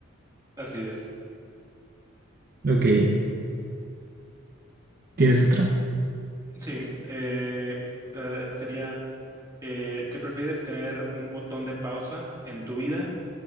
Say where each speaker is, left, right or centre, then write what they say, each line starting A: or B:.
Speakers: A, on the right; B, on the right.
A: Así es.
B: Ok, ¿tienes otra?
A: Sí, eh, la- esa sería, eh, ¿qué prefieres tener un botón de pausa en tu vida?